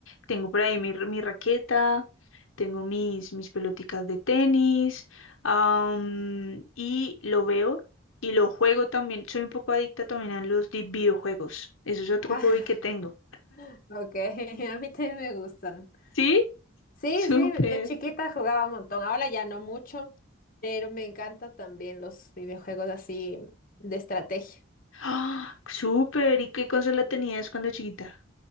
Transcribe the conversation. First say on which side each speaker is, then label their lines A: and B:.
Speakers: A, on the left; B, on the left.
A: tengo por ahí mi, r- mi raqueta, tengo mis, mis peloticas de tenis, am, y lo veo y lo juego también. Soy un poco adicta también a los di- videojuegos. Eso es otro
B: Ah,
A: hobby que tengo.
B: <laughs> ok, <laughs> a mí también me gustan.
A: ¿Sí?
B: Sí,
A: <laughs>
B: sí,
A: Súper.
B: de chiquita jugaba un montón, ahora ya no mucho, pero me encantan también los videojuegos así de estrategia.
A: ¡Ah! súper. ¿Y qué consola tenías cuando chiquita?